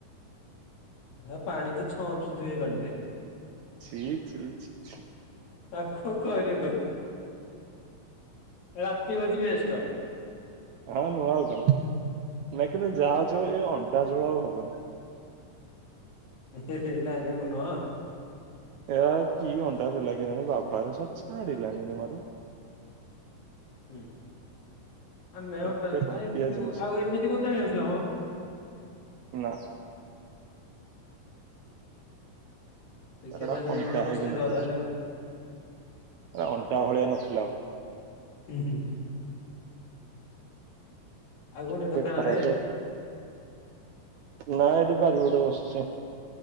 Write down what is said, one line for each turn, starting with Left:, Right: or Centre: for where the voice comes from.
Left: ହେ ପାଣି ତ ଛଅଞ୍ଚୁଥିବେ ପାଣିରେ।
Right: ଛି, ଛି, ଛି, ଛି।
Left: ପାଖ କରିବା କହ, ରାତି ହୋଉଚି ବେଷ୍ଟ।
Right: ହଁ ନୁଆ ଆଉ କଣ ନାଇଁ କିନ୍ତୁ ଯାହା ହଉଛି ହୋଉ ଏ ଅଣ୍ଡା ଝୁଳ ଆଉ ହବନି।
Left: ହେ ହେ ହେ ନାଇଁରେ ମୁଁ ନୁହଁ।
Right: ଏରା କି ଅଣ୍ଡା ଦେଲା କେଜାଣି ବାବାରେ ସ ଛାଡିିଲାନି ଜମାରୁ।
Left: ହୁଁ ଆ ମେଅଣ୍ଟା
Right: ଏତେ
Left: ନାଇ
Right: ଘଟିଆ
Left: କିନ୍ତୁ
Right: ଜିନିଷ
Left: ଆଉ ଏମିତି କୋଉଦିନ ହେଇ ନଥିଲା ମ।
Right: ନା।
Left: ଦେଖିବା
Right: ତାର
Left: ତାହେଲେ
Right: ଏଟା
Left: କୋଉଦିନ
Right: ଅଣ୍ଟା
Left: ଗୋଟେ କଷେଇଦବା
Right: ହେଇକି ନଥିଲା।
Left: ତାହେଲେ ଆଉ ହୁଁ
Right: ଏ ଅଣ୍ଟା ଭଳିଆ ନଥିଲା ଆଉ
Left: ହୁଁ ହୁଁ। ଆଉ କୋଉଠେ
Right: ଏତେ
Left: ଦୋକାନରେ
Right: ଖରାପ ନା ଏଠି ବାରିପଟେ ବସିଚି